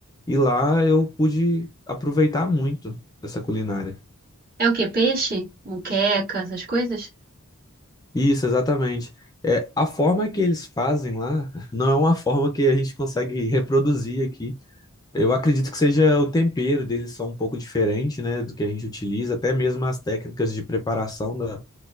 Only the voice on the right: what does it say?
É o quê? Peixe? Muqueca, essas coisas?